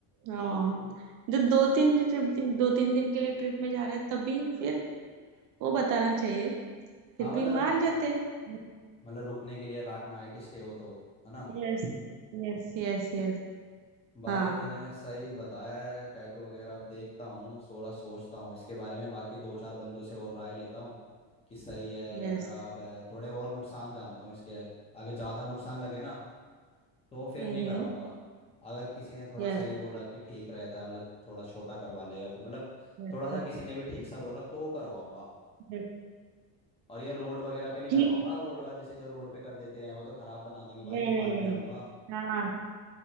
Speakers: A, on the right (about 55°); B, on the left (about 15°).
A: हाँ। जो दो तीन दिन ट्रिप दिन दो तीन दिन के लिए ट्रिप में जा रहे हैं तभी फिर वो बताना चाहिए फिर
B: हाँ
A: भी
B: मतलब
A: मान जाते हैं
B: मतलब रुकने के लिए नाइट स्टे हो तो है ना
A: Yes yes yes यस
B: बाकी
A: हाँ
B: तूने सही बताया है यार टैटू वगैरह अब देखता हूँ थोड़ा सोचता हूँ इसके बारे में बाकी दो चार बंदों से और राय लेता हूँ कि सही है या
A: Yes
B: खराब है थोड़े और नुकसान जानता हूँ इसके अगर ज़्यादा नुकसान लगे ना तो फिर
A: Hmm
B: नहीं कराऊंगा अगर किसी ने थोड़ा
A: Yes
B: सही बोला कि ठीक रहता है मतलब थोड़ा छोटा करवा ले या फिर मतलब
A: yes
B: थोड़ा सा किसी ने भी ठीक सा बोला तो करवाऊंगा
A: yes
B: और ये रोड वगैरह पे नहीं
A: ठीक
B: करवाऊंगा रोड वाले से जो रोड पे कर देते हैं वो तो खराब बना देंगे
A: नहीं
B: भाई दुकान
A: नहीं नहीं
B: पे जाऊंगा
A: हाँ